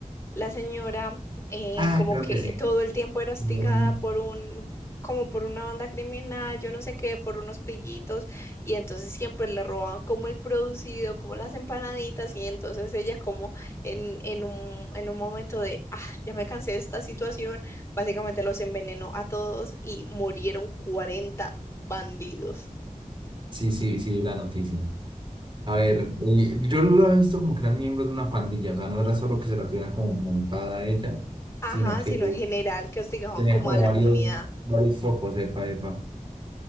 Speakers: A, on the left (about 20°); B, on the right (about 35°).
A: La señora eh,
B: Ah,
A: como
B: creo
A: que
B: que sí.
A: todo el tiempo era hostigada
B: Mm,
A: por un, como por una banda criminal, yo no sé qué, por unos pillitos, y entonces siempre le robaban como el producido, como las empanaditas, y entonces ella como en, en un, en un momento de, ah, ya me cansé de esta situación, básicamente los envenenó a todos y murieron cuarenta bandidos.
B: Sí, sí, sí, la noticia. A ver, eh, yo lo he visto como que eran miembros de una pandilla, o sea, no era solo que se la tuvieran como montada a ella,
A: Ajá,
B: sino que
A: sino en general que hostigaban
B: Tenía
A: como
B: como
A: a la
B: varios,
A: comunidad.
B: varios focos, epa, epa.